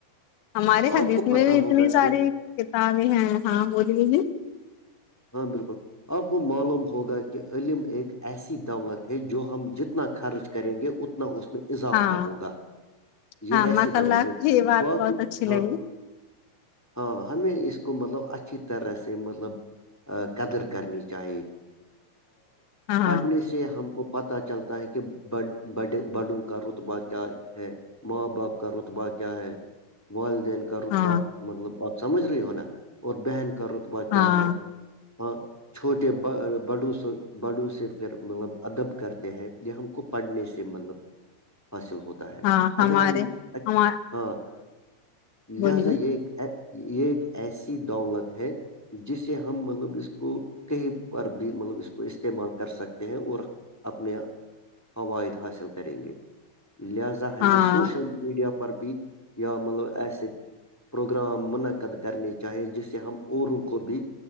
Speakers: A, on the left; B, on the left.
A: ہمارے حدیث
B: آپ کو پتا
A: میں بھی اتنی
B: ہوگا
A: ساری
B: کہ
A: کتابیں ہیں ہاں بولیے جی
B: ہاں بالکل آپ کو معلوم ہوگا کہ علم ایک ایسی دولت ہے جو ہم جتنا خرچ کریں گے اتنا ن اس میں اضافہ
A: ہاں
B: ہوگا یہ
A: ہاں
B: ایسی
A: ماشاء
B: دولت
A: اللہ
B: ہے
A: کی یہ بات
B: باقی
A: بہت اچھی لگی
B: ہاں ہاں ہمیں اس کو مطلب اچھی طرح سے مطلب قدر کرنی چاہیے
A: ہاں
B: پڑھنے سے ہم کو پتہ چلتا ہے کہ ب ب بڈوں کا رتبہ کیا ہے ماں باپ کا رتبہ کیا ہے والدین کا کا رتبہ
A: ہاں
B: مطلب آپ سمجھ رہی ہو نا اور بہن کا رتبہ کیا
A: ہاں
B: ہے ہاں چھوٹے ب بڑو سے بڑو سے پھر مطلب ادب کرتے ہیں یہ ہم کو پڑھنے سے مطلب حاصل ہوتا ہے
A: ہاں ہمارے
B: اگر ہم ا
A: ہم
B: ہاں
A: بولیے
B: لہذا یہ یہ ایک ایسی دولت ہے جسے ہم مطلب اس کو کہیں اور بھی مطلب اس کو استعمال کر سکتے ہیں اور اپنے فوائد حاصل کریں گے لہذا ہمش
A: ہاں
B: سوشل میڈیا پر بھی یا مطلب ایسے پروگرام منعقد کرنے چاہی جس سے ہم اوروں کو بھی